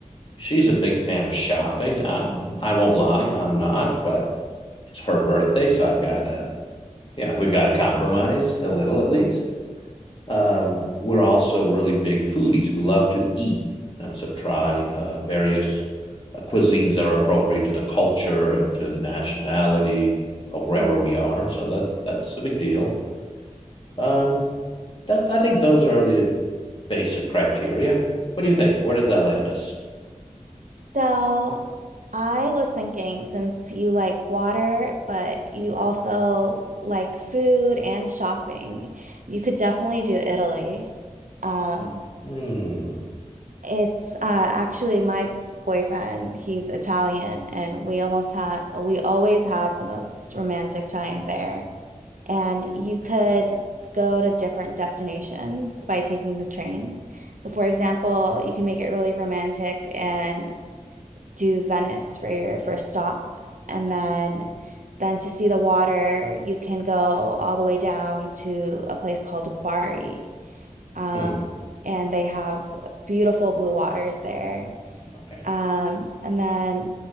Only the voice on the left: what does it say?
She's a big fan of shopping. Um, I won't lie, I'm not, but it's her birthday, so I've got to, you know, we've got to compromise a little at least. Um, we're also really big foodies. We love to eat, you know, so try uh, various uh, cuisines that are appropriate to the culture and to the nationality of wherever
we are. So that's that's a big deal. Um, that, I think those are the basic criteria. What do you think? Where does that land us?
Hmm.
Hmm.
Okay.